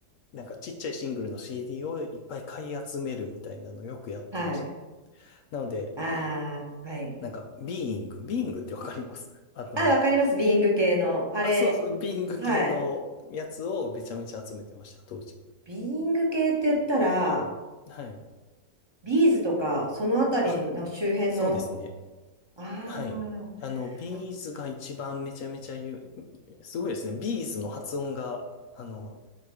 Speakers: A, on the left (about 70°); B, on the right (about 20°).
A: なんかちっちゃいシングルの CD をいっぱい買い集めるみたいなのよくやってました。
B: はい。
A: なので、
B: ああ、はい。
A: なんか、ビーイング、ビーイングってわかります <laughs> あの、
B: あ、わかります。ビーイング系の。あれ、
A: あ、そうそう、ビーイング系のやつをめちゃめちゃ集めてました、
B: はい。
A: 当時。
B: ビーイング系って言ったら、
A: はいはい。
B: ビーズとか、そのあたりの周辺の、
A: あ、そうですね。
B: あ
A: はい。あの、ビーズが一番めちゃめちゃ言う、
B: あ、あ
A: すごいですね。ビーズの発音が、あの、